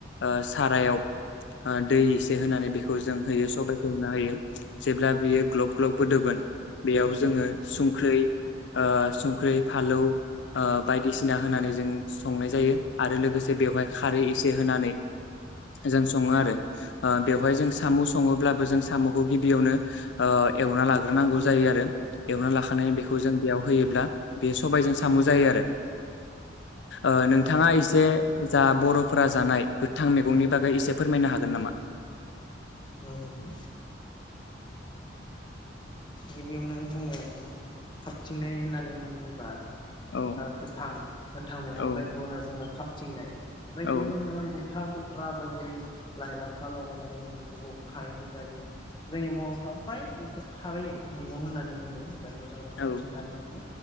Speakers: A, on the left; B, on the left.
A: ओ सारायाव ओ दै एसे होनानै बेखौ जों होयो सबाइखौ होना होयो जेब्ला बेयो ग्लब ग्लब गोदौगोन बेयाव जोङो सुंख्रै ओ सुंख्रै फालौ ओ बायदिसिना होनानै जों संनाय जायो आरो लोगोसे बेवहाय खारै एसे होनानै जों सङो आरो ओ बेवहाय जों साम सङोब्लाबो जों सामखौ गिबियावनो ओ एवना लाग्रोनांगौ जायो आरो एवना लाखांनानै बेखौ जों बेयाव होयोब्ला बेयो सबायजों साम जायो आरो ओ नोंथाङा
B: औ नोंथां
A: इसे जा बरफोरा जानाय गोथां मैगंनि बागै एसे फोरमायनो हागोन नामा
B: औ हो गिबियावनो जोङो खाबथिंनाय होननानै बुङोब्ला
A: औ
B: ओ गोथां गोथां मैगं
A: औ
B: जायखौ होनो जोङो खाब थिंनाय बैखौ
A: औ
B: जोङो था खुथ्रा बायदि लाइ लाफा लगायनानै जों खारैबो जायो। जोंनि बरफ्रा फ्राय बे खो खारै मैगं होननानै बुङो जायखौ। खौ जोङो खाबथिंनानै
A: औ
B: मोनो